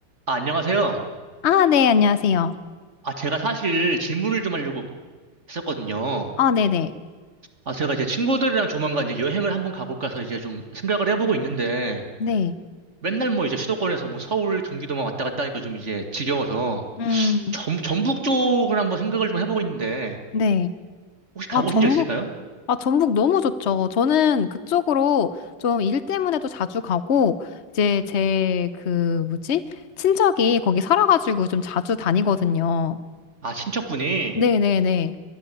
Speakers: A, on the right; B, on the left.
A: 아, 안녕하세요.
B: 아, 네, 안녕하세요.
A: 아, 제가 사실 질문을 좀 하려고 했었거든요.
B: 아, 네네.
A: 아, 제가 이제 친구들이랑 조만간 이제 여행을 한번 가볼까 해서 이제 좀 생각을 해보고 있는데,
B: 네.
A: 맨날 뭐 이제 수도권에서 뭐 서울, 경기도만 왔다 갔다 하니까 좀 이제 지겨워서,
B: 음,
A: 전, 전북 쪽을 한번 생각을 좀 해보고 있는데,
B: 네.
A: 혹시 가보신
B: 아, 전북,
A: 적 있을까요?
B: 아, 전북 너무 좋죠. 저는 그쪽으로 좀 일 때문에도 자주 가고, 이제 제 그, 뭐지? 친척이 거기 살아가지고 좀 자주 다니거든요.
A: 아, 친척분이
B: 네네네.